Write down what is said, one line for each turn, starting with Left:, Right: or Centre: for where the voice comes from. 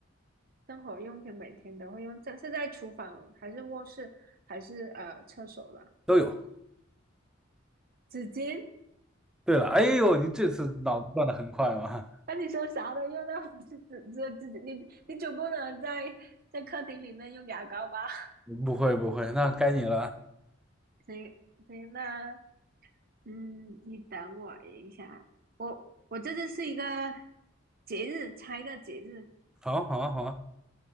Right: 生活用品每天都会用，这是在厨房还是卧室还是呃厕所了？
Centre: 都有。
Right: 纸巾？
Centre: 对了，哎呦，你这次脑子转的很快嘛？
Right: 那你说啥都用到，是纸纸纸巾？你你总不能在在客厅里面用牙膏吧？
Centre: 不会不会，那该你了。
Right: <laughs> 行行，那嗯，你等我一下，我我这次是一个节日，猜一个节日，
Centre: 好啊好啊好啊